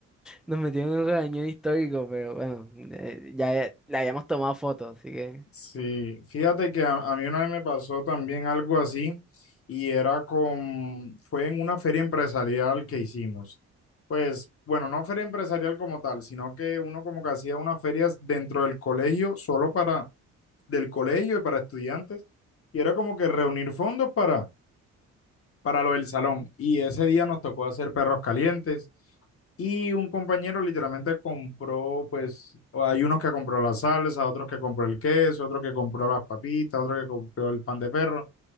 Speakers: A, in the centre; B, on the left.
A: Nos metieron en un regañón histórico, pero bueno, eh, ya eh, le habíamos tomado fotos, así que...
B: Sí, fíjate que a, a mí una vez me pasó también algo así y era con, fue en una feria empresarial que hicimos. Pues, bueno, no feria empresarial como tal, sino que uno como que hacía unas ferias dentro del colegio, solo para, del colegio y para estudiantes, y era como que reunir fondos para para lo del salón. Y ese día nos tocó hacer perros calientes. Y un compañero literalmente compró, pues, hay unos que compró la salsa, otros que compró el queso, otro que compró las papitas, otro que compró el pan de perro.